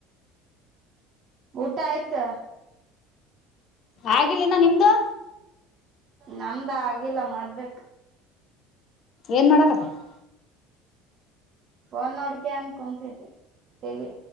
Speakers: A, on the right; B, on the left.
A: ಊಟ ಆಯ್ತ? <unintelligible>
B: ಆಗಿಲ್ಲ ಇನ್ನ ನಿಮ್ದು? <unintelligible>
A: ನಮ್ದ ಆಗಿಲ್ಲ ಮಾಡಬೇಕ. <unintelligible>
B: ಏನ್ ಮಾಡಕತ್ತಿ. <unintelligible>
A: ಫೋನ್ ನೋಡೋಕೆಂತ ಕುಂತಿದ್ದೆ ಟಿವಿ